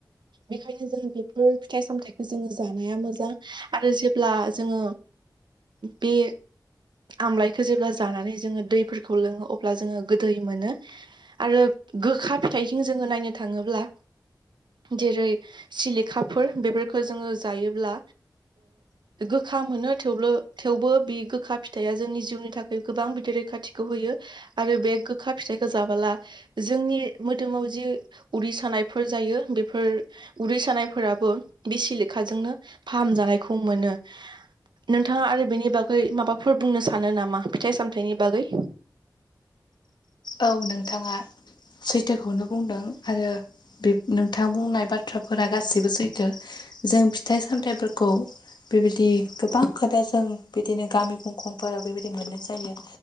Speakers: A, on the right; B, on the left.
A: बेखायनो जों बेफोर फिथाइ सामथाइखौ जोङो जानाया मोजां। आरो जेब्ला जोङो, बे आमलायखौ जेब्ला जानानै जोङो दैफोरखौ लोङो, अब्ला जोङो गो दै मोनो आरो गोखा फिथाइथिं जोङो नायनो थाङोब्ला जेरै सेलेखाफोर बेफोरखौ जोङो जायोब्ला गोखा मोनो थेवबो थेवबो बे गोखा फिथाइया जोंनि जिउनि थाखाय गोबां बिदि रैखाथिखौ होयो। आरो बे गोखा फिथाइखौ जाबोला जोंनि मोदोमाव जि उदै सानायफोर जायो बेफोर उदै सानायफोराबो बे सिलेखाजोंनो फाहामजानायखौ मोनो। नोंथाङा आरो बेनि बागै माबाफोर बुंनो सानो नामा? फिथाइ सामथायाइनि बागै?
B: औ नोंथाङा सैथोखौनो बुंदों। आरो। बे नोंथां बुंनाय बाथ्राफोरा गासैबो सैथो। जों फिथाइ सामथाइफोरखौ बेबायदि गोबां खोथा जों बिदिनो गामि खुंखंफोराव बेबायदि मोननाय जायो।